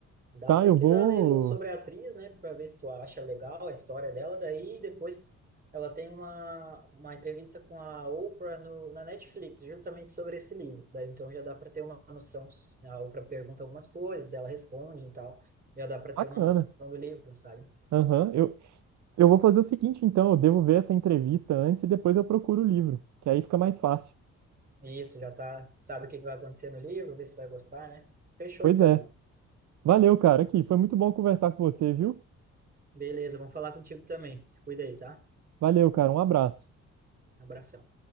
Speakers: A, on the right (about 30°); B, on the right (about 65°).
A: Dá
B: Tá,
A: uma pesquisada
B: eu vou.
A: aí ou sobre a atriz, né, para ver se tu acha legal a história dela. Daí depois ela tem uma, uma entrevista com a Oprah no, na Netflix, justamente sobre esse livro. Daí então já dá para ter uma noção. né, A Oprah pergunta algumas coisas, ela responde e tal. Já dá para ter
B: Bacana.
A: uma noção do livro, sabe?
B: Aham, eu, eu vou fazer o seguinte, então, eu devo ver essa entrevista antes e depois eu procuro o livro, que aí fica mais fácil.
A: E Isso, já tá, sabe o que que vai acontecer no livro, vê se vai gostar, né? Fechou
B: Pois
A: então,
B: é.
A: irmão.
B: Valeu, cara, aqui. Foi muito bom conversar com você, viu?
A: Beleza, vamos falar contigo também. Se cuida aí, tá?
B: Valeu, cara. Um abraço.
A: Abração.